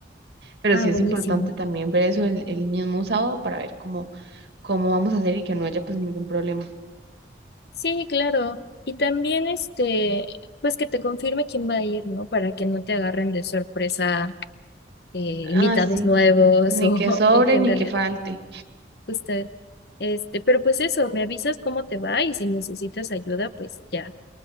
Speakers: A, on the right (about 70°); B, on the left (about 65°).
A: Pero
B: ah,
A: sí
B: buenísimo.
A: es importante también ver eso el, el mismo sábado para ver cómo, cómo vamos a hacer y que no haya pues ningún problema.
B: Sí, claro. Y también este, pues que te confirme quién va a ir, ¿no? Para que no te agarren de sorpresa eh, invitados
A: Ah, sí,
B: nuevos
A: ni
B: <laughs> o,
A: que sobre
B: o que
A: ni
B: en realidad.
A: que falte.
B: Justo, este, pero pues eso, me avisas cómo te va y si necesitas ayuda, pues ya,